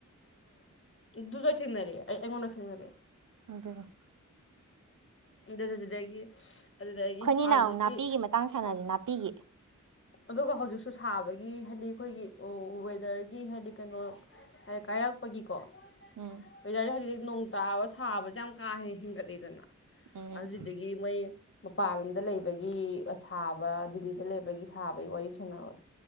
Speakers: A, on the left; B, on the right.
A: ꯗꯨꯖ ꯊꯦꯡꯅꯔꯦ ꯑꯩꯉꯣꯟꯗ ꯊꯦꯡꯅꯔꯦ
B: ꯑꯗ
A: ꯑꯗꯨꯁꯨ ꯑꯗꯨꯗꯒꯤ ꯑꯗꯨꯗꯒꯤ
B: ꯑꯩꯈꯣꯏꯅꯤꯅ
A: ꯍꯧꯖꯤꯛꯀꯤ
B: ꯑꯃꯨꯛ ꯅꯥꯄꯤꯒꯤ ꯃꯇꯥꯡ ꯁꯥꯟꯅꯁꯦ ꯅꯥꯄꯤꯒꯤ
A: ꯑꯗꯨꯒ ꯍꯧꯖꯤꯛꯁꯨ ꯊꯥꯕꯒꯤ ꯍꯥꯏꯗꯤ ꯑꯩꯈꯣꯏꯒꯤ ꯋꯦꯗꯔꯒꯤ ꯍꯥꯏꯗꯤ ꯀꯩꯅꯣ ꯍꯥꯏꯗꯤ ꯀꯥꯏꯔꯛꯄꯒꯤ ꯀꯣ ꯑꯣꯏꯖꯔꯦ
B: ꯎꯝ
A: ꯍꯥꯏꯖꯤꯗꯤ ꯅꯣꯡ ꯇꯥꯕ ꯁꯥꯕꯁꯦ ꯌꯥꯝ ꯀꯥ ꯍꯦ ꯍꯦꯟꯒꯠꯂꯤꯗꯅ
B: ꯎꯝ
A: ꯑꯗꯨꯗꯒꯤ ꯃꯣꯏ ꯃꯄꯥꯟ ꯂꯝꯗ ꯂꯩꯕꯒꯤ ꯁꯥꯕ ꯗꯤꯜꯂꯤꯗ ꯂꯩꯕꯒꯤ ꯁꯥꯕꯒꯤ ꯋꯥꯔꯤ ꯊꯅꯥꯋꯥꯏ